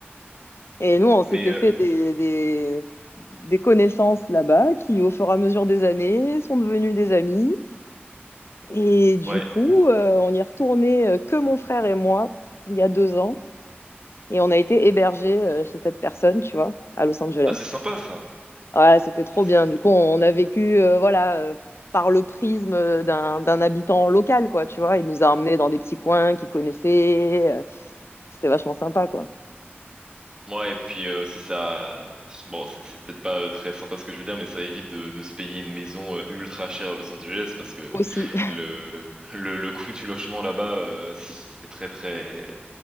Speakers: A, on the left; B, on the right.
A: Et nous, on s'était
B: Mais euh,
A: fait des, des, des connaissances là-bas qui, au fur et à mesure des années, sont devenues des amis. Et du
B: ouais,
A: coup, euh, on y est retourné euh, que mon frère et moi il y a deux ans. Et on a été hébergés euh, chez cette personne, tu vois, à Los Angeles.
B: ah c'est sympa ça,
A: Ouais, c'était trop
B: ça c'est
A: bien.
B: sympa.
A: Du coup, on, a vécu, euh, voilà, euh, par le prisme euh, d'un d'un habitant local, quoi, tu vois. Il nous a emmenés dans des petits coins qu'il connaissait. euh, c'était vachement sympa, quoi.
B: Ouais, et puis euh, aussi ça, bon, c'est c'est peut-être pas euh, très sympa ce que je veux dire, mais ça évite de, de se payer une maison euh, ultra chère à Los Angeles parce que
A: Aussi. <laughs>
B: le le, le coût du logement là-bas euh, c'est très très